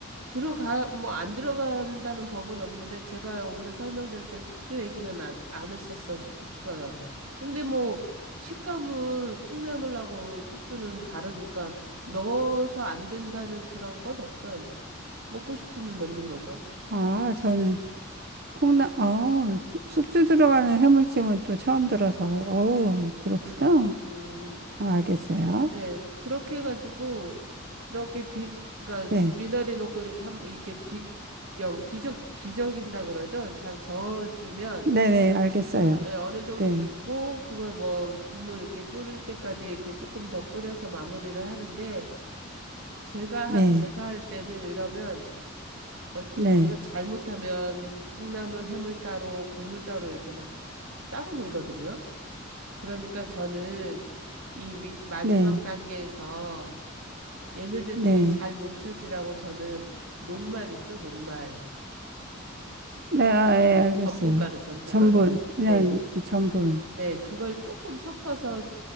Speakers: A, on the right; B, on the right.
A: 들어가, 뭐, 안 들어간다는 법은 없는데, 제가 오늘 설명드릴 땐 숙주 얘기는 아, 안 했었어요. 근데 뭐, 식감은 콩나물하고 숙주는 다르니까, 넣어서 안 된다는 그런 건 없어요. 먹고 싶으면 넣는 거죠.
B: 아, 저는 콩나 어, 수- 숙주 들어가는 해물찜은 또 처음 들어서 어, 그렇구나.
A: 음, 음, 음. 음.
B: 아, 알겠어요.
A: 네, 그렇게 해가지고, 이렇게 뒤, 그러니까
B: 네.
A: 미나리 넣고 이렇게 한, 이렇게 뒤, 영, 뒤적, 뒤적인다 그러죠? 잘 저어주면,
B: 네네, 알겠어요.
A: 예, 어느 정도
B: 네,
A: 있고 그걸 뭐 국물 이렇게 졸일 때까지 이렇게 조금 더 끓여서 마무리를 하는데 제가
B: 네,
A: 하- 제가 할 때는 이러면 어
B: 네,
A: 그러니까 잘못하면 콩나물 해물 따로 국물 따로 이렇게 막 따로 놀거든요. 그러니까 저는 이 미- 마지막
B: 네,
A: 단계에서 얘네들끼리
B: 네.
A: 잘 뭉쳐지라고 저는 녹말 있죠, 녹말.
B: 네, 아, 예, 알겠어요.
A: 전분가루, 전분가루.
B: 전분, 그냥
A: 네.
B: 전분.
A: 네, 그걸 조금 섞어서